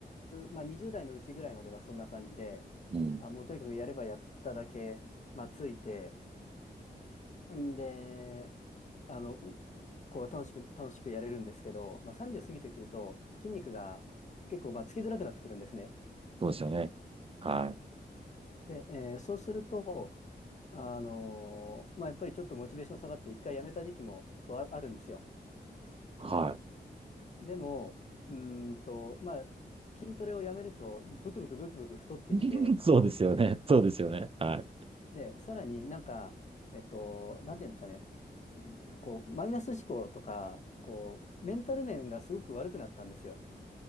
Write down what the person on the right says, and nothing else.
い。うん。
そうですよね。はい。
は
い。<laughs> そうですよね。そうですよね。は